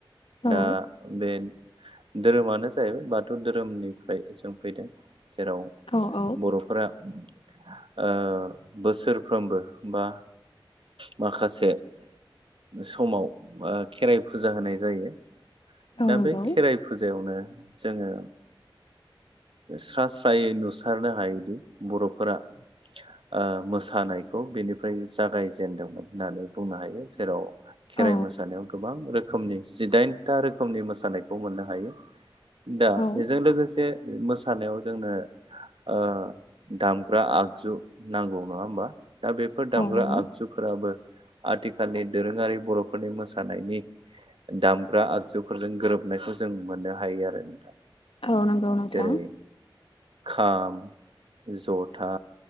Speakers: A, on the left; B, on the right.
A: औ
B: दा बे धोरोमानो जाहैबाय बाथौ धोरोमनिफ्राय जों फैदों जेराव
A: औ औ
B: बर'फोरा ओ बोसोरफ्रोमबो बा माखासे समाव ओ खेराइ फुजा होनाय जायो।
A: औ
B: दा
A: नंगौ
B: बे खेराइ फुजायावनो जोङो स्रा स्रायै नुसारनो हायोदि बर'फोरा ओ मोसानायखौ बेनिफ्राय जागायजेनदोंमोन होननानै बुंनो हायो जेराव खेराइ
A: औ
B: मोसानायाव गोबां रोखोमनि जिदाइनथा रोखोमनि मोसानायखौ मोननो हायो। दा
A: औ
B: बेजों लोगोसे मोसानायाव जोंनो ओ दामग्रा आगजु नांगौ नङा होमबा दा बेफोर दामग्रा
A: नंगौ
B: आगजु फोराबो आथिखालनि दोरोङारि बर'फोरनि मोसानायनि दामग्रा आग जुफोरजों गोरोबनायखौ जों मोननो हायो आरो नोंथां
A: औ नंगौ नोंथां
B: जेरै खाम, जथा,